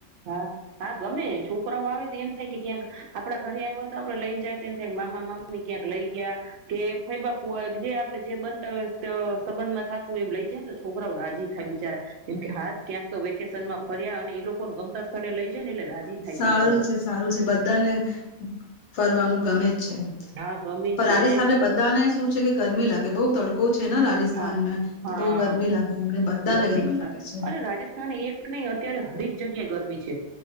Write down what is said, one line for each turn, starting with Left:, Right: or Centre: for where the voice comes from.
Right: હા હા ગમે છોકરાઓ આવે એમ થાય કે ક્યાંક આપડા ઘરે આવ્યા હોય તો આપડે લઈને જાઇએ થાય મામા મામી ક્યાંક લઈ ગયા, કે ફઈબા ફુવા હોય, જે આપડે જે બનતા હોય સંબંધમાં થતું હોય એમ લઈ જાય ને તો છોકરા રાજી થાય, બિચારા જેમ કે હાસ ક્યાંક તો વેકેશનમાં ફર્યા અને એ લોકોને સ્થળે લઈ જાય ને એટલે રાજી
Left: સારું
Right: થાય છોકરાઓ
Left: છે સારું છે બધાને, ફરવાનું ગમે છે,
Right: હા ગમે
Left: પણ
Right: છે
Left: આજે
Right: અને
Left: સ્થાને બધાને શું છે કે ગરમી લાગે બઉુ તડકો છે ને રાજસ્થાનમાં
Right: હા હા
Left: તો બહુ ગરમી લાગે એમને બધાને
Right: ગરમી,
Left: લાગે છે
Right: અરે રાજસ્થાન એક નય અત્યારે હરેક જગ્યા ગરમી છે.